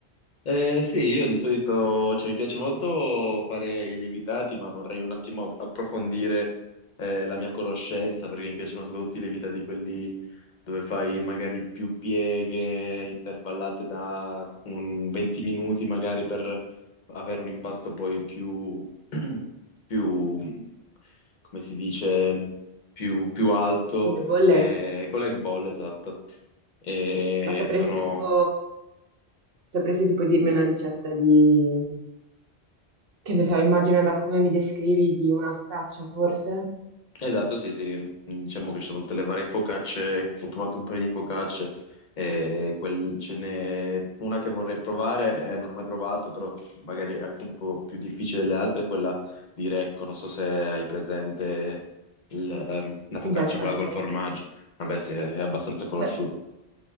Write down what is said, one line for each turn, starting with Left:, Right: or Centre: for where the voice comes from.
Left: Eh, sì, io di solito, cioè, mi piace molto fare i lievitati, ma vorrei un attimo approfondire eh, la mia conoscenza, perché mi piacciono soprattutto i lievitati quelli dove fai magari più pieghe intervallate da un 20 minuti, magari per avere un impasto poi più, <clears throat> più, come si dice, più, più alto,
Right: con le bolle,
Left: eh, con l'egg ball, esatto. E
Right: ma sapresti
Left: sono...
Right: tipo, sapresti tipo dirmi una ricetta di, che ne so, immagino da come mi descrivi di una focaccia forse?
Left: Esatto, sì, sì, diciamo che ci sono tutte le varie focacce, ho provato un paio di focacce, e quel- ce n'è una che vorrei provare, eh, non ho mai provato, però magari è anche un po' più difficile delle altre, è quella di Recco, non so se hai presente il, ehm, la focaccia
Right: Beh, certo.
Left: quella col formaggio, vabbè sì, è abbastanza conosciuta.
Right: Cioè,